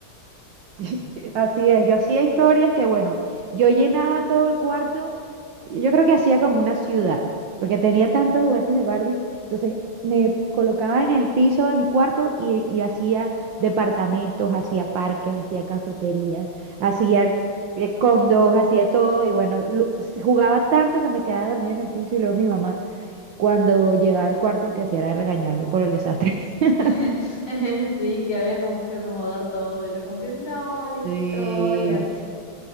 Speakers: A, on the right; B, on the left.
A: <laughs> Así es, yo hacía historias que, bueno, yo llenaba todo el cuarto, yo creo que hacía como una ciudad, porque tenía tantos juguetes de Barbie, entonces me colocaba en el piso de mi cuarto y, y hacía departamentos, hacía parques, hacía cafeterías, hacía eh, condos, hacía todo, y bueno, lo- jugaba tanto que me quedaba dormida en el piso y luego mi mamá, cuando llegaba al cuarto, lo que hacía era regañarme por el desastre. <laughs>
B: <laughs> Sí, que había como que acomodar todo. Y era como que no, la historia.
A: Sí.